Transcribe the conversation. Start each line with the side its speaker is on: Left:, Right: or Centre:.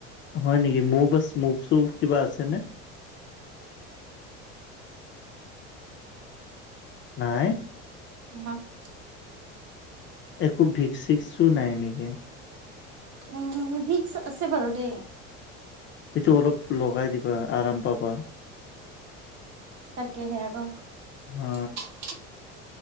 Left: হয় নেকি মুভ আছ মুভ চুভ কিবা আছেনে? নাই?
Right: <unintelligible>
Left: একো ভিকসিক্সো নাই নেকি?
Right: উম ভিক্স আছে বাৰু দেই।
Left: সেইটো অলপ লগাই দিবা আৰাম পাবা।
Right: তাকে আৰ <inaudible>
Left: হা